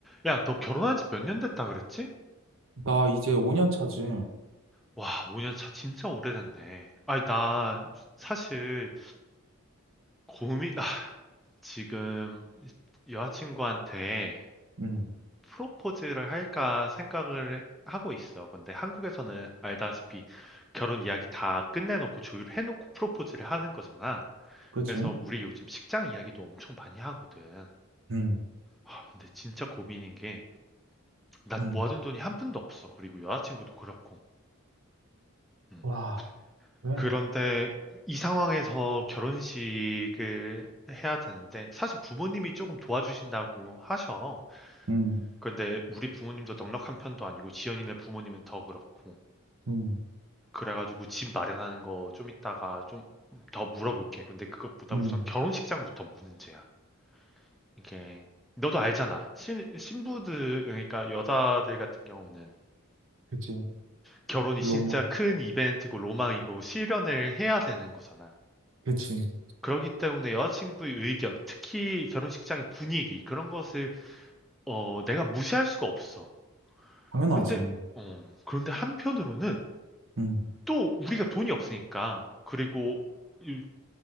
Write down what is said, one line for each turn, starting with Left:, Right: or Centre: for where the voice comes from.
Centre: 야, 너 결혼한 지 몇 년 됐다 그랬지?
Right: 나 이제 5년 차지.
Centre: 와, 5년 차 진짜 오래됐네. 아니, 나 사실 고민, 아, 지금 여자친구한테
Right: 음,
Centre: 프로포즈를 할까 생각을 하고 있어. 근데 한국에서는 알다시피 결혼 이야기 다 끝내놓고 조율 해놓고 프로포즈를 하는 거잖아.
Right: 그치?
Centre: 그래서 우리 요즘 식장 이야기도 엄청 많이 하거든.
Right: 음,
Centre: 아, 근데 진짜 고민인 게, 나
Right: 음,
Centre: 모아둔 돈이 한 푼도 없어. 그리고 여자친구도 그렇고. 음.
Right: 와, 그래.
Centre: 그런데 이 상황에서 결혼식을 해야 되는데 사실 부모님이 조금 도와주신다고 하셔.
Right: 음,
Centre: 근데 우리 부모님도 넉넉한 편도 아니고 지연이네 부모님은 더 그렇고.
Right: 음,
Centre: 그래가지고 집 마련하는 거 좀 이따가 좀 더 물어볼게. 근데 그것보다
Right: 음.
Centre: 우선 결혼식장부터 문제야. 이게 너도 알잖아. 신, 신부들 그러니까 여자들 같은 경우는
Right: 그치.
Centre: 결혼이
Right: 로마.
Centre: 진짜 큰 이벤트고 로망이고 실현을 해야 되는 거잖아.
Right: 그치.
Centre: 그러기 때문에 여자친구의 의견, 특히 결혼식장의 분위기 그런 것을 어, 내가 무시할 수가 없어.
Right: 당연하지.
Centre: 근데 어, 그런데 한편으로는
Right: 음,
Centre: 또 우리가 돈이 없으니까 그리고 이,